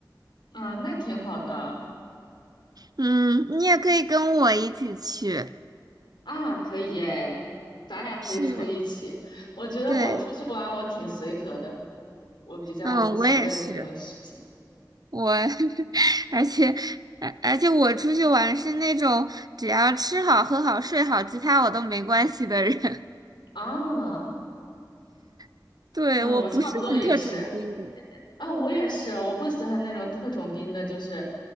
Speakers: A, on the left; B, on the right.
A: 嗯，那挺好的
B: 嗯，你也可以跟我一起去。
A: 啊，可以耶，咱俩可以凑一起。
B: 是，
A: 我觉得我出去玩我挺随和的，
B: 对，
A: 我比较无所谓很多事情。
B: 嗯，我也是。我 <laughs> 而且而而且我出去玩是那种只要吃好、喝好、睡好，其他我都没关系的人。
A: 啊，
B: <laughs> 对，
A: 嗯，
B: 我不是很特种兵的。
A: 我差不多也是。呃啊，我也是，我不喜欢那种特种兵的，就是，